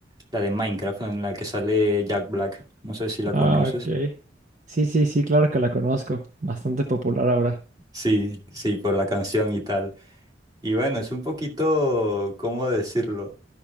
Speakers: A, on the right; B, on the right.
A: la de Minecraft en la que sale Jack Black, no sé si la conoces.
B: Ah, ok. Sí, sí, sí, claro que la conozco. Bastante popular ahora.
A: Sí, sí, por la canción y tal. Y bueno, es un poquito, ¿cómo decirlo?